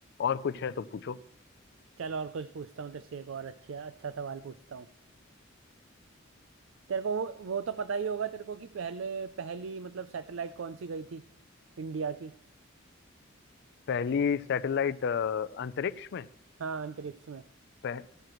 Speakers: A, on the left (about 55°); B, on the right (about 70°).
A: और कुछ है तो पूछो
B: चल और कुछ पूछता हूँ तेरे से एक और अच्छा अच्छा सवाल पूछता हूँ तेरे को वो वो तो पता ही होगा तेरे को कि पहले पहली मतलब सैटेलाइट कौन सी गई थी इंडिया की
A: पहली सैटेलाइट अंतरिक्ष में
B: हाँ अंतरिक्ष में
A: पह,